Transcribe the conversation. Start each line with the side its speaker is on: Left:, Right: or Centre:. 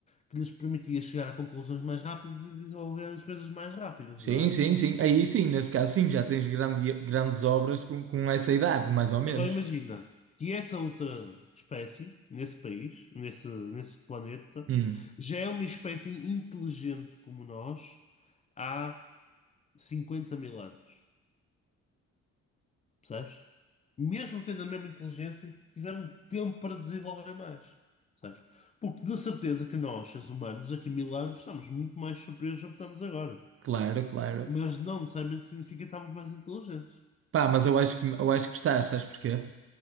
Left: que lhes permitia chegar a conclusões mais rápidas e desenvolver as coisas mais rápidas,
Right: Sim,
Left: não é?
Right: sim, sim. Aí sim, nesse caso sim, já tens grande, grandes obras com, com essa idade, mais ou menos.
Left: Agora imagina que essa outra espécie, nesse país, nesse, nesse planeta,
Right: Hum,
Left: já é uma espécie inteligente como nós há 50 mil anos. Percebes? Mesmo tendo a mesma inteligência, tiveram tempo para desenvolver mais. Percebes? Porque de certeza que nós, seres humanos, daqui a mil anos, estamos muito mais superiores ao que estamos agora.
Right: claro, claro.
Left: Mas não necessariamente significa que estamos mais inteligentes.
Right: Pá, mas eu acho que, eu acho que estás, sabes porquê?